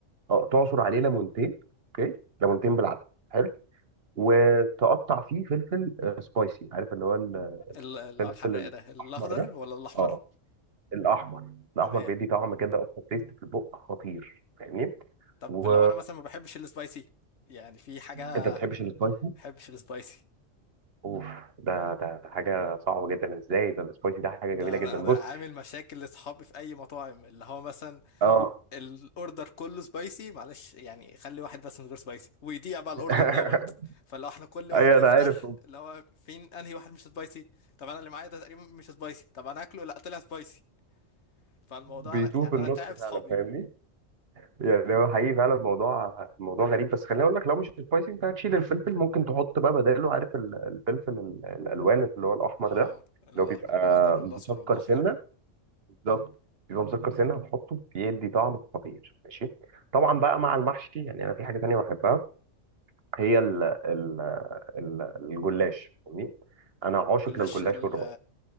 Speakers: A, on the right; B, on the left.
A: اه تعصر عليه ليمونتين اوكي ليمونتين بالعدد حلو وتقطع فيه فلفل آه، سبايسي عارف اللي هو
B: ال- اللي
A: الفلفل
B: هو الحراق ده الاخضر
A: الاحمر ده
B: ولا الاحمر
A: اه الاحمر الاحمر
B: تمام
A: بيدي طعم كده اصلا تيست في البق خطير فاهمني
B: طب
A: و
B: لو انا مثلا ما بحبش السبايسي يعني في حاجه ما
A: انت ما بتحبش السبايسي
B: بحبش السبايسي
A: اوف ده ده حاجه صعبه جدا ازاي ده السبايسي ده حاجه
B: ده
A: جميله
B: انا
A: جدا
B: أنا
A: بص
B: عامل مشاكل لاصحابي في اي مطاعم اللي هو مثلا
A: اه
B: الاوردر كله سبايسي معلش يعني خلي واحد بس من غير سبايسي ويضيع بقى الاوردر
A: <laughs>
B: دوت فلو احنا كل واحد
A: ايوه
B: يفتح
A: انا عارف
B: اللي هو فين انهي واحد مش سبايسي طب انا اللي معايا ده تقريبا مش سبايسي طب انا اكله لا طلع سبايسي فالموضوع
A: بيتوه
B: أنا يعني
A: في النص
B: انا تعب
A: فعلا
B: صحابي
A: فاهمني يعني هو حقيقي فعلا الموضوع الموضوع غريب بس خليني اقول لك لو مش سبايسي انت هتشيل الفلفل ممكن تحط بقى بداله عارف ال- الفلفل ال- الالوان اللي هو الاحمر
B: اه
A: ده اللي
B: الاحمر
A: هو بيبقى
B: الاخضر والاصفر
A: مسكر
B: والاحمر
A: سنه بالظبط بيبقى مسكر سنه هتحطه بيدي طعم خطير ماشي طبعا بقى مع المحشي يعني انا في حاجه تانيه بحبها هي ال ال ال الجلاش فاهمني انا عاشق
B: جلاش
A: للجلاش
B: ال-
A: والرقاق